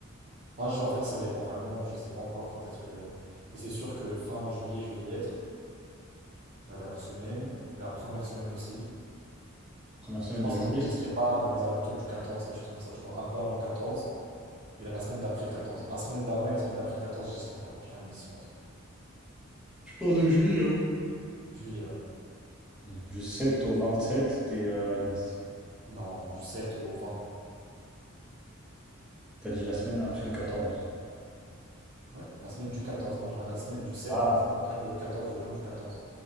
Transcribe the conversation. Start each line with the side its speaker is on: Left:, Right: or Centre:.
Right: Moi, je- en fait, ça dépend vraiment. Je sais pas encore quand est-ce que. Mais c'est sûr que fin juillet, je vais y être. La dernière semaine, la première semaine aussi.
Centre: Première semaine
Right: Je pense
Centre: de juillet?
Right: qu'en fait, j'y serai pas dans les alentours du 14, quelque chose comme ça, tu vois, un peu avant le quatorze et la semaine d'après le 14. La semaine d'avant et la semaine d'après le 14, j'y serai pas. Je serai à Nice, je pense.
Centre: Tu parles de juillet, hein?
Right: Juillet, ouais.
Centre: Donc du 7 au 27, t'es euh, à Nice.
Right: Non, du sept au vingt.
Centre: T'as dit la semaine après le 14.
Right: Ouais, la semaine du quatorze, non, à la semaine du sept
Centre: Ah,
Right: et la semaine après le 14, le jour du 14.